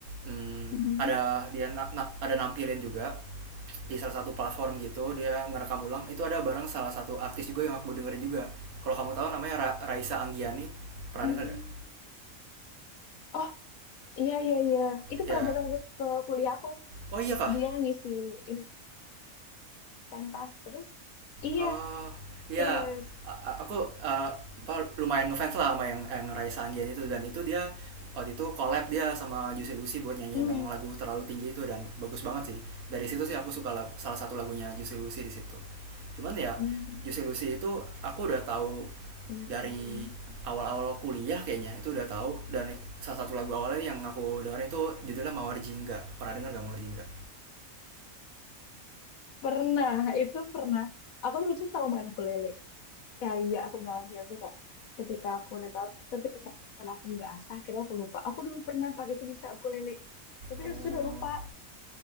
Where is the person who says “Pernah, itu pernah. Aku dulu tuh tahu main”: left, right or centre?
Left